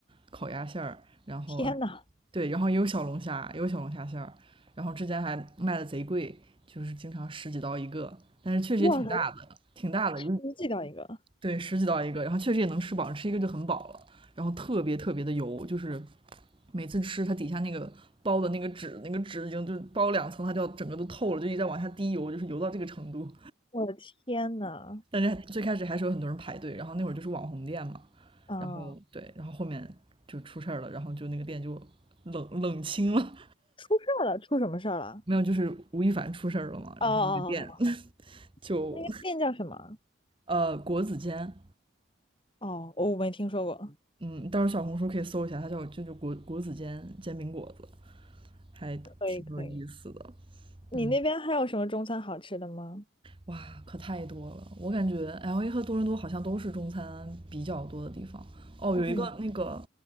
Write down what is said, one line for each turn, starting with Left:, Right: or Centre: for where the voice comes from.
Right: 烤鸭馅儿，然后
Left: 天呐，
Right: 对，然后也有小龙虾，也有小龙虾馅儿，然后之前还卖的贼贵，就是经常十几刀一个，但是确实也挺大的，
Left: 哇塞，
Right: 挺大的，
Left: 又寄到一个，
Right: 对，十几道一个，然后确实也能吃饱，吃一个就很饱了，然后特别特别的油，就是每次吃它底下那个包的那个纸，那个纸已经就是包两层，它就要整个都透了，就一直在往下滴油，就是油到这个程度。
Left: 我的天呐，
Right: 但是最开始还是有很多人排队，然后那会儿就是网红店嘛，
Left: 啊，
Right: 然后对，然后后面就出事儿了，然后就那个店就冷冷清了，
Left: 出事儿了，出什么事儿了？
Right: 没有，就是吴亦凡出事儿了嘛，
Left: 哦哦哦，
Right: 然后那个店
Left: 哦
Right: <laughs> 就
Left: 那个店叫什么？
Right: 呃国子监
Left: 哦，我没听说过。
Right: 嗯，到时候小红书可以搜一下，它叫就就果果子煎煎饼果子，还挺有意思的。
Left: 可以可以，你那边还有什么中餐好吃的吗？
Right: 嗯，哇，可太多了！我感觉 LA 和多伦多好像都是中餐比较多的地方。哦，
Left: 嗯
Right: 有一个那个